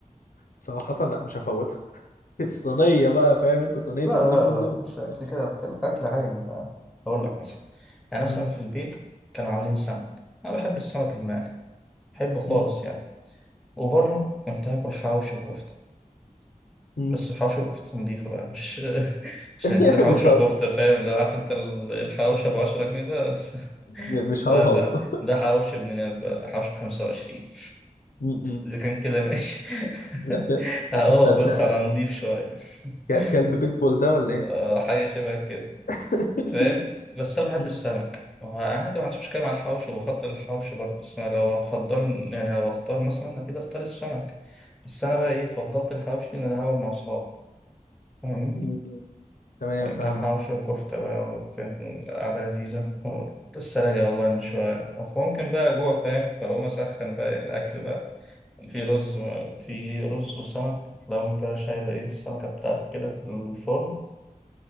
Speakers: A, on the left; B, in the centre.
A: صراحة لا مش هفوتها <laughs> الصينية
B: مم.
A: بقى فاهم انت صينية
B: لا لا
A: السي فود
B: لا
A: دي ما تتفوتش
B: مش أكل كده بتكلم أكل عادي بقى أقول لك مثلا يعني مثلا
A: مم.
B: في البيت كانوا عاملين سمك أنا بحب السمك المقلي بحبه خالص
A: مم.
B: يعني وبره كنت هاكل حواوشي وكفتة
A: مم.
B: بس حواوشي وكفتة نضيفة بقى مش <laughs> مش
A: <laughs>
B: حواوشي
A: مش هو...
B: وكفتة فاهم اللي هو عارف أنت ال- الحواوشي أبو 10 جنيه ده <laughs>
A: مش
B: لا
A: هوهو
B: لا ده حواوشي ابن ناس بقى ده حواوشي بخمسة وعشرين
A: <laughs> مم.
B: إذا كان كده ماشي <laughs>
A: لا كده
B: هو
A: هصدقك
B: بس على نضيف شوية <laughs>
A: ك- كلب بيتبول ده ولا ايه؟
B: آه، حاجة شبه كده
A: <laughs>
B: فاهم بس انا بحب
A: مم.
B: السمك وعادي ما عنديش مشكله مع الحوش وبفضل الحوش برضه بس انا لو هتفضل يعني لو اختار مثلا اكيد اختار السمك بس انا بقى ايه فضلت الحوش لان انا هاكل مع اصحابي فاهمني
A: مم. تمام
B: يعني
A: فاهمك
B: كان حوش وكفته بقى وكان القعده لذيذه ولسه راجع والله من شويه ممكن بقى جوع فاهم فاقوم اسخن بقى الاكل بقى في رز في رز وسمك لو انت شايل ايه السمكه بتاعتك كده في الفرن